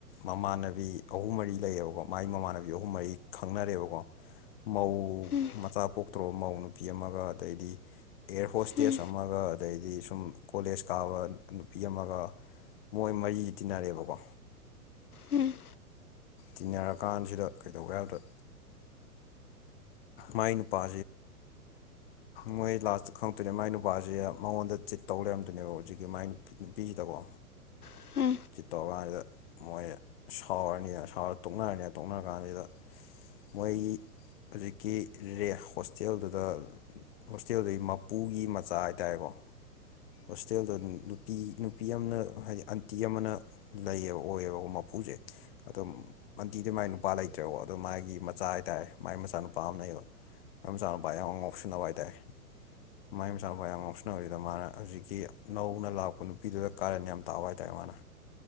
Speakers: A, on the left; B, on the left.
A: ꯃꯃꯥꯟꯅꯕꯤ ꯑꯍꯨꯝ ꯃꯔꯤ ꯂꯩꯌꯦꯕꯀꯣ ꯃꯒꯤ ꯃꯃꯥꯟꯅꯕꯤ ꯑꯍꯨꯝ ꯃꯔꯤ ꯈꯪꯅꯔꯦꯕꯀꯣ ꯃꯧ
B: ꯎꯝ
A: ꯃꯆꯥ ꯄꯣꯛꯇ꯭ꯔꯣꯕ ꯃꯧ ꯅꯨꯄꯤ ꯑꯃꯒ ꯑꯗꯩꯗꯤ ꯑꯦꯌꯔ ꯍꯣꯁꯇꯦꯁ
B: ꯎꯝ
A: ꯑꯃꯒ ꯑꯗꯩꯗꯤ ꯁꯨꯝ ꯀꯣꯂꯦꯖ ꯀꯥꯕ ꯅꯨꯄꯤ ꯑꯃꯒ ꯃꯣꯏ ꯃꯔꯤꯁ ꯇꯤꯟꯅꯔꯦꯕꯀꯣ
B: ꯎꯝ
A: ꯇꯤꯟꯅꯔꯀꯥꯟꯁꯤꯗ ꯀꯩꯗꯧꯒꯦ ꯍꯥꯏꯕꯗ ꯃꯥꯏ ꯅꯨꯄꯥ ꯃꯣꯏ ꯂꯥꯁꯇ ꯈꯪꯉꯛꯇꯣꯏꯅꯦ ꯃꯥꯏ ꯅꯨꯄꯥꯁꯦ ꯃꯉꯣꯟꯗ ꯆꯤꯠ ꯇꯧ ꯂꯩꯔꯝꯗꯣꯏꯅꯦꯕ ꯍꯧꯖꯤꯛꯀꯤ ꯃꯥꯏ ꯅꯨꯄꯤꯁꯤꯗꯀꯣ
B: ꯎꯝ
A: ꯀꯤ ꯇꯣꯒ ꯍꯥꯏꯗ ꯃꯣꯏ ꯁꯥꯎꯔꯅꯤ ꯇꯣꯛꯅꯔꯅꯤ ꯇꯣꯛꯅꯔ ꯀꯥꯟꯁꯤꯗ ꯃꯣꯏ ꯍꯧꯖꯤꯛꯀꯤ ꯔꯦ ꯍꯣꯁꯇꯦꯜꯗꯨꯗ ꯍꯣꯁꯇꯦꯜꯗꯨꯒꯤ ꯃꯄꯨꯒꯤ ꯃꯆꯥ ꯍꯥꯏꯇꯥꯔꯦꯀꯣ ꯍꯣꯁꯇꯦꯜꯗꯣ ꯅꯨꯄꯤ ꯅꯨꯄꯤ ꯑꯃꯅ ꯍꯥꯏꯗꯤ ꯑꯟꯇꯤ ꯑꯃꯅ ꯂꯩꯌꯦꯕ ꯑꯣꯏꯌꯦꯕꯀꯣ ꯃꯄꯨꯁꯦ ꯑꯗꯨꯝ ꯑꯟꯇꯤꯗꯤ ꯃꯥꯏ ꯅꯨꯄꯥ ꯂꯩꯇ꯭ꯔꯦꯕꯣ ꯑꯗꯣ ꯃꯥꯒꯤ ꯃꯆꯥ ꯍꯥꯏꯇꯥꯔꯦ ꯃꯥꯏ ꯃꯆꯥꯅꯨꯄꯥ ꯑꯃ ꯂꯩꯩꯌꯦꯕ ꯃꯥꯢ ꯃꯆꯥꯅꯨꯄꯥ ꯌꯥꯝ ꯉꯥꯎꯁꯤꯟꯅꯕ ꯍꯥꯏꯇꯥꯔꯦ ꯃꯥꯏ ꯃꯆꯥꯅꯨꯄꯥ ꯌꯥꯝ ꯉꯥꯎꯁꯤꯟꯅꯕ ꯗ ꯃꯥꯅ ꯍꯧꯖꯤꯛꯀꯤ ꯅꯧꯅ ꯂꯥꯛꯄ ꯅꯨꯄꯤꯗꯨꯗ ꯀꯥꯔꯦꯟ ꯌꯥꯝ ꯇꯥꯕ ꯍꯥꯏꯇꯥꯔꯦ ꯃꯥꯅ